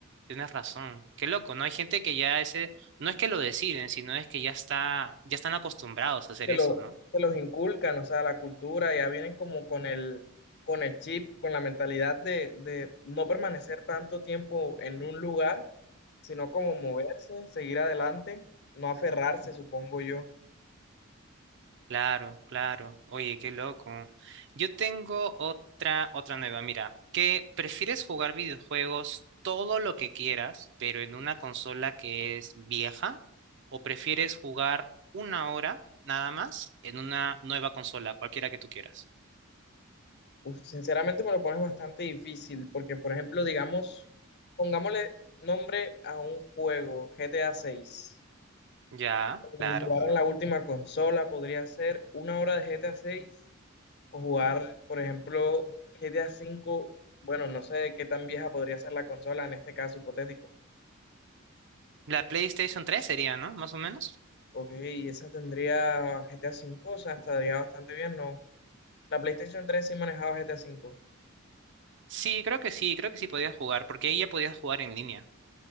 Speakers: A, on the right (about 60°); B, on the left (about 55°).
A: tienes razón. Qué loco, ¿no? Hay gente que ya ese, no es que lo deciden, sino es que ya está, ya están acostumbrados a hacer
B: se
A: eso,
B: lo-
A: ¿no?
B: se los inculcan, o sea, la cultura, ya vienen como con el, con el chip, con la mentalidad de, de no permanecer tanto tiempo en un lugar, sino como moverse, seguir adelante, no aferrarse, supongo yo.
A: Claro, claro. Oye, qué loco. Yo tengo otra, otra nueva. Mira, que prefieres jugar videojuegos todo lo que quieras, pero en una consola que es vieja, o prefieres jugar una hora nada más en una nueva consola, cualquiera que tú quieras.
B: Uf, sinceramente me lo pones bastante difícil, porque por ejemplo, digamos, pongámosle nombre a un juego, G T A seis
A: Ya,
B: Jugar
A: claro.
B: en la última consola podría ser una hora de G T A seis O jugar, por ejemplo, GTA V, bueno, no sé qué tan vieja podría ser la consola en este caso hipotético.
A: La PlayStation 3 sería, ¿no? Más o menos.
B: Ok, esa tendría GTA V, o sea, estaría bastante bien, ¿no? La PlayStation 3 sí manejaba GTA V.
A: Sí, creo que sí, creo que sí podías jugar, porque ahí ya podías jugar en línea.